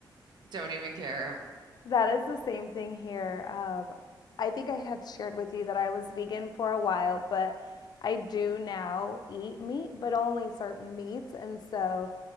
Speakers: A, on the right; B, on the left.
A: Don't even care.
B: That is the same thing here. Um, I think I had shared with you that I was vegan for a while, but I do now eat meat, but only certain meats. And so